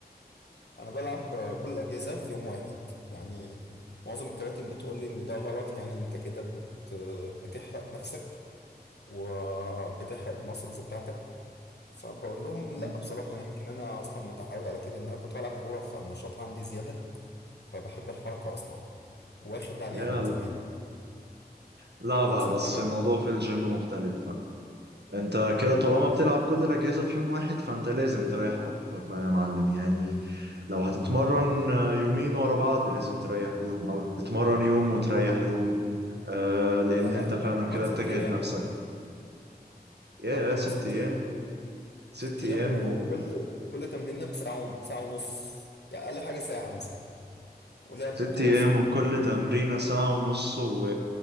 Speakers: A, on the left (about 85°); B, on the right (about 80°).
A: أنا بلعب آه، كل الأجهزة في يوم واحد يعني معظم الكباتن بتقول لي إن ده غلط يعني أنت كده بت... آه، بتحرق نفسك وبتحرق الماسلز بتاعتك فبقول لهم
B: مم.
A: لا بصراحة يمكن أنا أصلا متعود على كده إن أنا كنت بلعب كورة فالنشاط عندي زيادة فبحب الحركة أصلا واخد عليها
B: يا
A: من زمان
B: لا بقى
A: بالذات
B: بس
A: كمان
B: الموضوع في الجيم مختلف انت كده طالما بتلعب كل الاجهزه في يوم واحد فانت لازم تريح اكتر بقى يا معلم يعني لو هتتمرن آه، يومين ورا بعض لازم تريح يوم او تتمرن يوم وتريح يوم آه لان
A: لا لا
B: انت فعلا
A: انا بتمرن
B: كده
A: ست
B: بتجهد
A: ايام
B: نفسك يا
A: بتمرن
B: يا ست
A: ست
B: ايام
A: ايام
B: ست
A: ست ايام
B: ايام
A: وكل
B: و
A: كل تمرينه بساعه ساعه ونص يعني اقل حاجه ساعه مثلا ولعب
B: ست
A: متواصل
B: ايام وكل تمرينه ساعه ونص و...